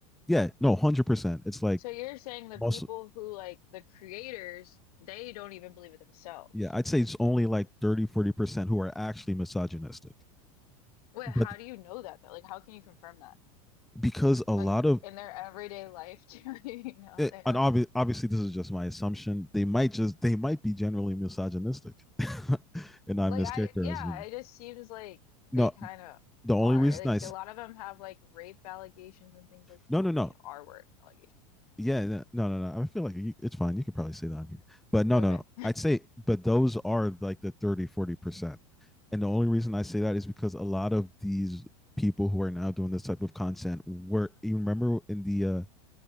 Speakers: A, in the centre; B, on the left (about 70°).
A: Yeah, no, 100%. It's like
B: so you're saying the
A: most,
B: people who like the creators they don't even believe it themselves
A: yeah, I'd say it's only like thirty, forty percent who are actually misogynistic.
B: wait
A: But
B: how do you know that though like how can you confirm that
A: because a lot
B: like
A: of
B: in their everyday life too, <laughs> you know,
A: it,
B: they're
A: and
B: like
A: obvi- obviously this is just my assumption they might just they might be generally misogynistic <laughs> and i'm
B: like
A: mischaracterizing
B: I yeah, it just seems like they
A: no
B: kind of
A: the only
B: are.
A: reason
B: Like
A: i
B: a lot of them have like rape allegations and things like
A: no
B: well,
A: no no
B: you know, R word allegations.
A: yeah no no no no. i feel like you, it's fine you could probably say that on here but no
B: Okay.
A: no no i'd say but those are like the 30, forty percent and the only reason i say that is because a lot of these people who are now doing this type of content were you remember in the uh